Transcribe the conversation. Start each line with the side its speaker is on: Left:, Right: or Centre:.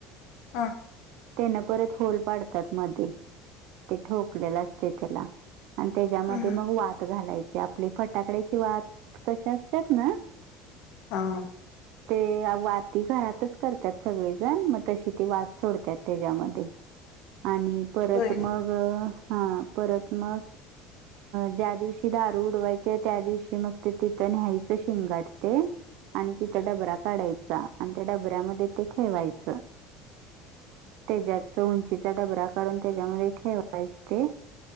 Left: आ.
Right: त्यांना परत होल पाडतात मध्ये ते ठोकलेलं असतय त्याला आणि त्याच्यामध्ये
Left: हं, हं,
Right: मग वात घालायची आपली फटाकड्याची वात कसे असतेत ना
Left: ह
Right: ते वाती घरातच करतात सगळेजण मग तशी ते वात सोडतात त्याच्यामध्ये आणि परत
Left: होय
Right: मग हा, परत मग ज्या दिवशी दारू उडवायची. त्या दिवशी मग ते, तिथे न्यायचं शिंगाट ते. आणि तिथं डबरा काढायचा आणि त्या डबऱ्यामध्ये ते ठेवायचं त्याच्याच उंचीचा डबरा काढून त्याच्यामध्ये ठेवायच, ते.